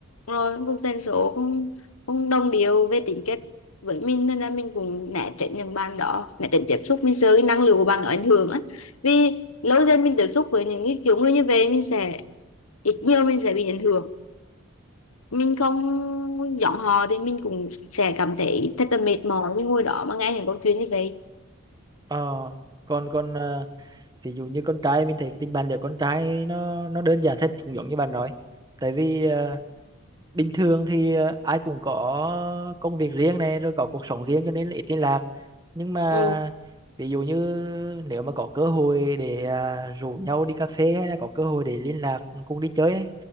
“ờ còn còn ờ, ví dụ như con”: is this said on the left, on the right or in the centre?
Right